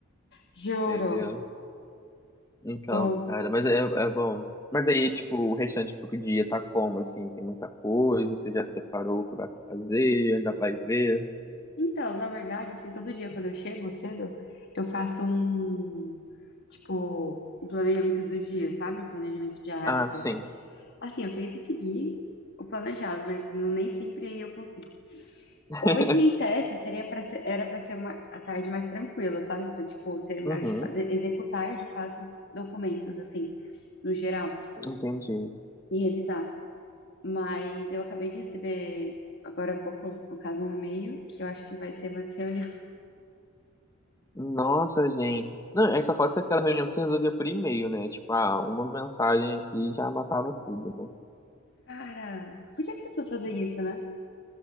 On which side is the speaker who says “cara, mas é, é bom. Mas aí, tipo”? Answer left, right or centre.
Left